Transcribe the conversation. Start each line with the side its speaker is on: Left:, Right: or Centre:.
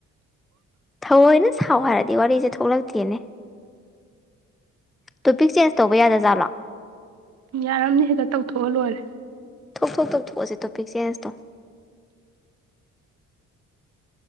Centre: ꯊꯑꯣꯏꯅ ꯁꯥꯎ ꯍꯥꯏꯔꯗꯤ ꯋꯥꯔꯤꯖꯦ ꯊꯣꯛꯂꯛꯇꯦꯅꯦ ꯇꯣꯄꯤꯛ ꯆꯦꯟꯖ ꯇꯧꯕ ꯌꯥꯗꯖꯥꯠꯂꯣ
Right: ꯌꯥꯔꯝꯅꯤ ꯍꯦꯛꯇ ꯇꯧꯊꯣꯛꯑ ꯂꯣꯏꯔꯦ
Centre: ꯊꯣꯛꯊꯣꯛ ꯇꯧꯊꯣꯛꯑꯁꯤ ꯇꯣꯄꯤꯛ ꯆꯦꯟꯖ ꯇꯣ